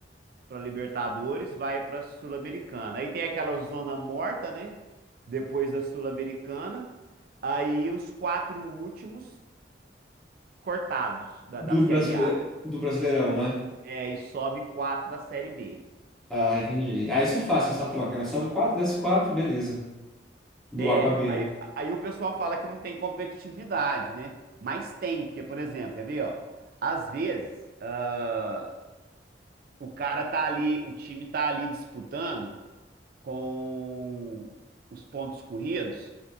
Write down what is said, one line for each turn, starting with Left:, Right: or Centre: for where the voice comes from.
Right: para Libertadores vai para Sul-Americana. Aí tem aquela zona morta, né? Depois da Sul-Americana, aí os quatro últimos cortados da,
Centre: Do
Right: da Série
Centre: Brasile,
Right: A.
Centre: do Brasileirão, né?
Right: É, e sobe quatro da Série B.
Centre: Ah, entendi. Ah, isso é fácil, essa troca, né? Sobe 4, desce 4, beleza. Do
Right: É,
Centre: A com a B,
Right: aí,
Centre: né?
Right: aí o pessoal fala que não tem competitividade, né? Mas tem, porque, por exemplo, quer ver, ó? Às vezes, ah, o cara tá ali, o time tá ali disputando com os pontos corridos,